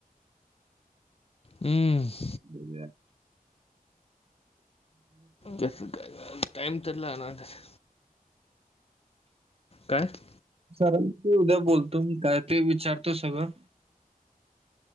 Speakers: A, on the left; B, on the right.
A: हमं
B: ब म
A: कसं काय टाईम तर लागणार काात
B: सर ते उद्या बोलतो मी काय ते विचारतो सगळं